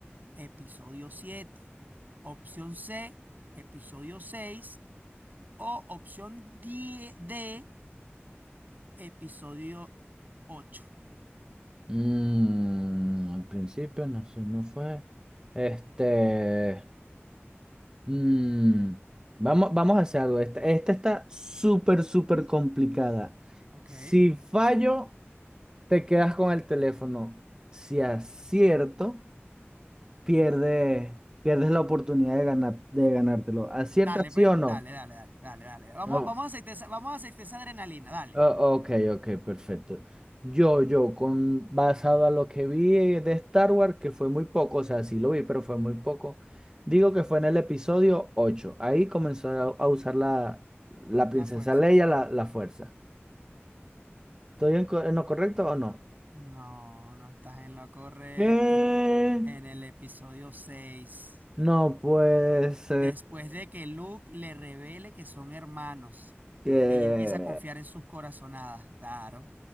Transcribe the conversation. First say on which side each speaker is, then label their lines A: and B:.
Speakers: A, on the right; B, on the right.
A: episodio 7. Opción C, episodio 6. O opción die D, episodio 8.
B: Mm, al principio no sé, no fue. Este. mm, vamos, vamos a hacer algo. Esta, esta está súper, súper complicada.
A: Ok.
B: Si fallo. te quedas con el teléfono. Si acierto, pierde, pierdes la oportunidad de ganar, de ganártelo. ¿Aciertas
A: Dale, pues.
B: sí o no?
A: Dale, dale, dale, dale, dale. Vamos,
B: No.
A: vamos a aceitar esa, vamos a aceitar esa adrenalina. Dale.
B: Oh, ok, ok, perfecto. Yo, yo, con, basado a lo que vi de Star Wars, que fue muy poco, o sea, sí lo vi, pero fue muy poco, digo que fue en el episodio ocho Ahí comenzó a, a usar la, la princesa
A: La fuerza.
B: Leia la, la fuerza. ¿Estoy en, co- en lo correcto o no?
A: No, no estás en lo correcto.
B: ¿Qué?
A: En el episodio 6,
B: No pues...
A: después de que Luke le revele que son hermanos,
B: Que,
A: ella empieza a confiar en sus corazonadas. Claro.